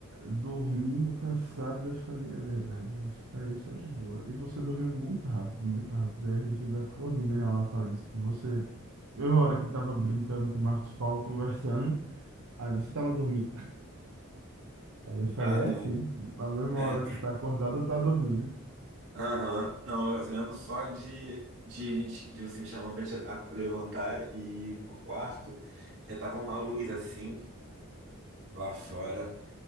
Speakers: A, on the right (about 85°); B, on the right (about 55°).
A: dormindo, cansado, eu falei, é verdade, vou ficar aí só de boa. E você dormiu muito rápido, muito rápido. Aí a gente ainda ficou rindo em relação a isso. que Você, eu, na hora que tava brincando com o Marcos Paulo, conversando, aí você tava dormindo. Aí eu falei
B: Ah, não.
A: é assim, na mesma
B: É.
A: hora que tá acordado, tá dormindo. né?"
B: Aham. Não, eu lembro só de, de, gente- de você me chamar pra gente a- levantar e ir pro quarto. E tava uma luz assim, lá fora.